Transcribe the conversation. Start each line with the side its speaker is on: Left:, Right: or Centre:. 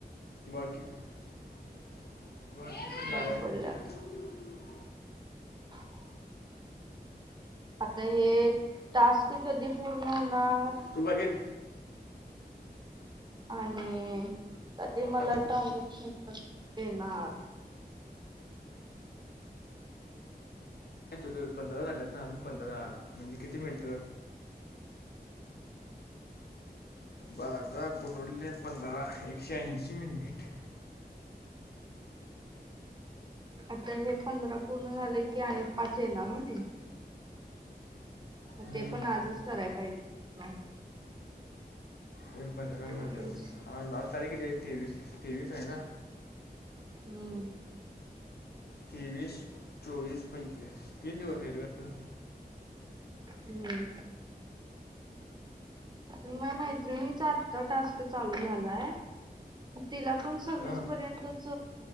Left: <unintelligible>
Right: बंद पडल्यात <inaudible> आता हे टास्क, ते पूर्ण होणार?
Left: तू बागे
Right: आणि ते मला
Left: टास्क
Right: ट्रानझॅक्शन पण येणार?
Left: तुझं पंधरा, झाल्यात ना अजून पंधरा, म्हणजे किती मिनीटं?
Right: <inaudible>
Left: बारा गुनुले पंधरा, एकशे ऐशी मिनिट.
Right: आता हे पंधरा पूर्ण झाले की, आणि पाच येणार होणे? मग
Left: हम्म
Right: ते पण आजच करायला पाहिजे.
Left: हे पंधरा
Right: चोवीस
Left: झाल्यावर आज - आज तारीख किती आहे तेवीस- तेवीस आहे ना?
Right: हम्म,
Left: तेवीस- चोवीस -पंचवीस, तीन दिवस आहे का?
Right: हम्म, माह्या मैत्रिणीचा, आता टास्क चालू झालाय तिला पण सव्वीस
Left: हां
Right: पर्यंतच